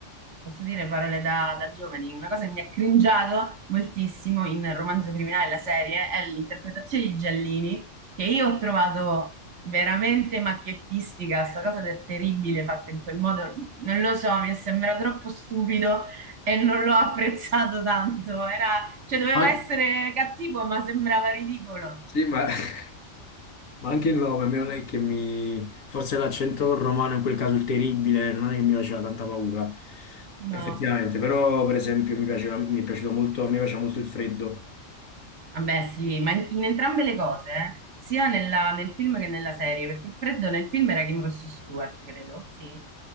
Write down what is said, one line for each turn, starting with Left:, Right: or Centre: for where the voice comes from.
Right: posso dire parole da, da giovani, una cosa che mi ha cringiato moltissimo in Romanzo Criminale, la serie, è l'interpretazione di Giallini, che io ho trovato veramente macchiettistica, sta cosa del terribile fatto in quel modo, non lo so, mi sembra troppo stupido e non l'ho apprezzato tanto, era, cioè doveva
Left: Poi-
Right: essere cattivo, ma sembrava ridicolo.
Left: Sì, ma... <laughs> ma anche il nome, a me non è che mi... Forse l'accento romano, in quel caso il terribile, non è che mi faceva tanta paura.
Right: No.
Left: Effettivamente, però per esempio mi piaceva, mi è piaciuto molto, a me piaceva molto il freddo.
Right: Vabbè, sì, ma in, in entrambe le cose, eh. Sia nella- nel film che nella serie, perché il freddo nel film era Kim Rossi Stewart, credo, sì.